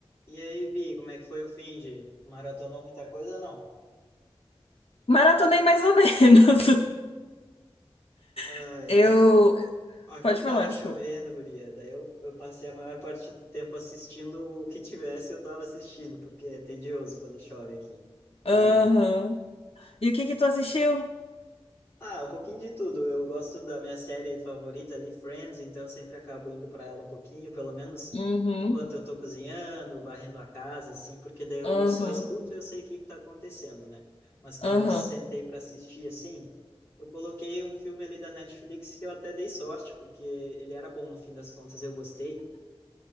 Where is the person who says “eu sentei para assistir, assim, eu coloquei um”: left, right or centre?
Left